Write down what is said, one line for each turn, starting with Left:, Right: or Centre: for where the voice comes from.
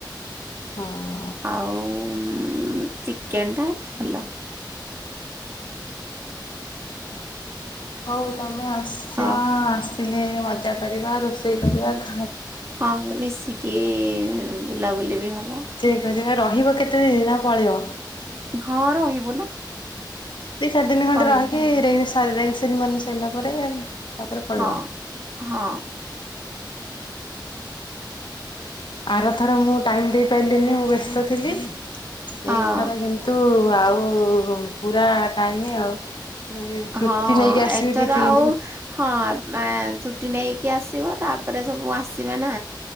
Left: ହଁ।
Right: ଆଉ-ମ-ମ ଚିକେନ ଟା ଭଲ।
Left: ହଉ ତମ ଆସ୍ୟ
Right: ହଁ।
Left: ଆସ ହେଲେ ମଜା କରିବା ରୋଷେଇ କରିବା ଖା
Right: ହଁ ମିଶିକି ବୁଲାବୁଲି ବି ହବ।
Left: ଯେ କରିବା ରହିବ କେତେ ଦିନିନା ପଳେଇବ?
Right: ହଁ ରହିବୁ ନା।
Left: ଦିଇ ଚାରିଦିନ ଖଣ୍ଡେ
Right: ରହିବୁ।
Left: ରହିିକି ରିଲ୍ସ ତା ରିଙ୍ଗସେରିମନି ସରିଲା ପରେ ତାପରେ ପଳେଇବ।
Right: ହଁ ହଁ।
Left: ଆର ଥର ମୁଁ ଟାଇମ୍ ଦେଇପାରିଲିନି ମୁଁ ବ୍ୟସ୍ତ ଥିଲି।
Right: ହଁ
Left: ଏଇଥର କିନ୍ତୁ ଆଉ ପୁରା ଟାଇମ ଆଉ। ଛୁଟି
Right: ହଁ
Left: ନେଇକି
Right: ହଁ
Left: ଆସିବି
Right: ଏଥର
Left: ଦି ତିନି
Right: ଆଉ
Left: ଦିନ
Right: ହଁ ମା ଛୁଟି ନେଇକି ଆସ। ଥିବ ତାପରେ ସବୁ ଆସିବେ ନା।